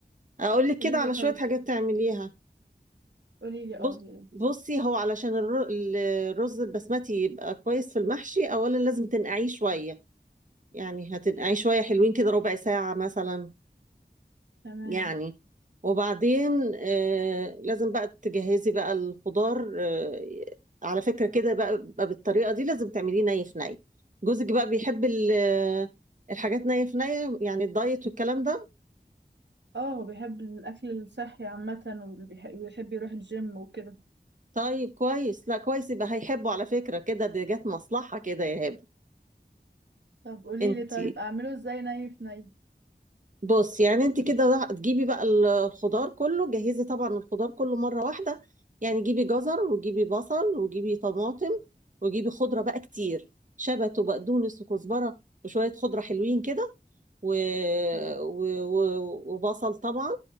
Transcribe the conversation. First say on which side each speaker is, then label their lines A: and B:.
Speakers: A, on the right (about 45°); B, on the right (about 85°).
A: اقول لك
B: قوليلي
A: كده على
B: طيب
A: شويه حاجات تعمليها
B: قوليلي
A: بص
B: اه يا ريت
A: بصي هو علشان الر- الرز البسمتي يبقى كويس في المحشي اولا لازم تنقعيه شويه يعني هتنقعيه شويه حلوين كده ربع ساعه مثلا
B: تمام
A: يعني وبعدين آه لازم بقى تجهزي بقى الخضار آه على فكرة كده بقى, بقى بالطريقة دي لازم تعمليه ني في ني جوزك بقى بيحب ال- آه، الحاجات ني في ني يعني الدايت والكلام ده
B: اه هو بيحب الاكل الصحي عامة وبيح- وبيحب يروح الجيم وكده
A: طيب كويس لا كويس يبقى هيحبه على فكرة كده دي جت مصلحة كده يا هبة
B: طب قوليلي
A: انت
B: طيب اعمله ازاي ني في ني
A: بص يعني انت كده راح- تجيبي بقى ال- الخضار كله جهزي طبعا الخضار كله مرة واحدة يعني جيبي جزر وجيبي بصل وجيبي طماطم وجيبي خضرة بقى كتير شبت وبقدونس وكزبرة وشوية خضرة حلوين كده و...
B: تمام
A: و... و... وبصل طبعا